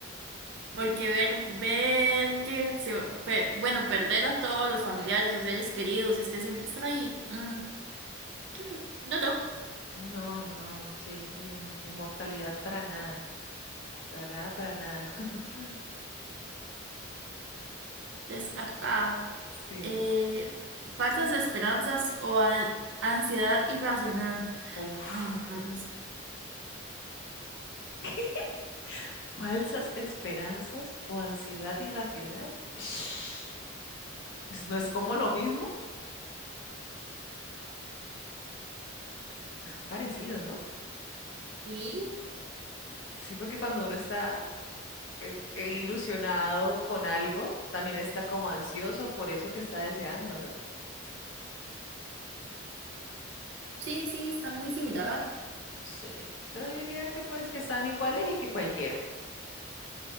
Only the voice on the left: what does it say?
No, no, sí, inmo- inmortalidad para nada. Para nada, para nada. <laughs>
Sí.
Uf.
<laughs> Falsas esperanzas o ansiedad irracional. <sniffs> Eso no es como lo mismo. Eso es parecido, ¿no?
Sí, porque cuando uno está eh, eh, ilusionado con algo, también está como ansioso por eso que está deseando, ¿no?
Sí. Yo diría que pues que están iguales y que cualquiera.